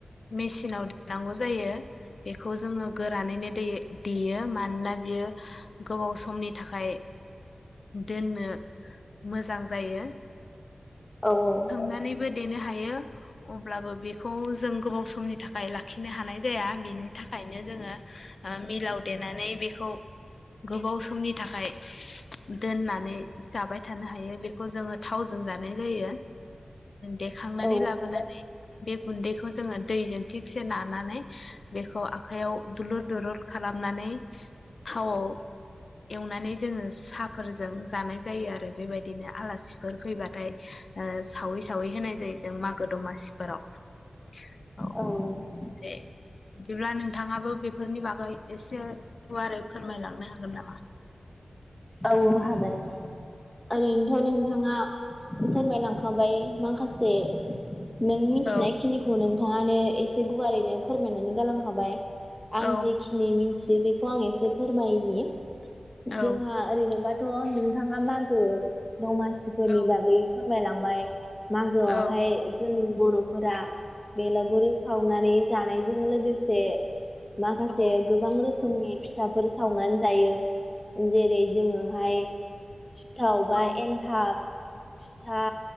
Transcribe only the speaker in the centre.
औ औ
औ
औ औ
औ हागोन ओरैनोथ' नोंथाङा फोरमायलांखाबाय माखासे नों मिथिनाय
खिनिखौ नोंथाङानो एसे गुवारैनो फोरमायनानै गालांखाबाय आं
जेखिनि मिथियो बेखौ आं एसे फोरमायनि
जों ओरैनोबाथ' नोंथाङा मागो दमासिफोरनि
बागै फोरमायलांबाय मागोआवहाय
जोंनि बर'फोरा बेलागुर साव नानै जानायजों लोगोसे माखासे
गोबां रोखोम रोखोमनि फिथाफोर सावनानै जायो जेरै जोङोहाय सिथाव बा
एन्थाब फिथा